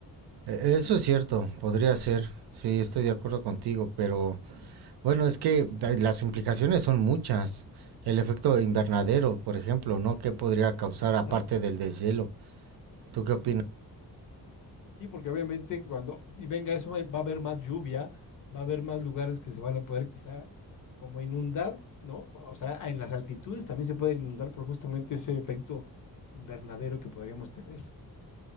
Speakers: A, on the right (about 75°); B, on the left (about 55°).
A: e- eso es cierto. Podría ser. Sí, estoy de acuerdo contigo, pero Bueno, es que da- las implicaciones son muchas. El efecto invernadero, por ejemplo, ¿no? ¿Qué podría causar
B: Además.
A: aparte del deshielo? ¿Tú qué opinas?
B: Y porque obviamente cuando y venga eso va va a haber más lluvia, va a haber más lugares que se van a poder quizá como inundar, ¿no? O sea, en las altitudes también se puede inundar por justamente ese efecto invernadero que podríamos tener.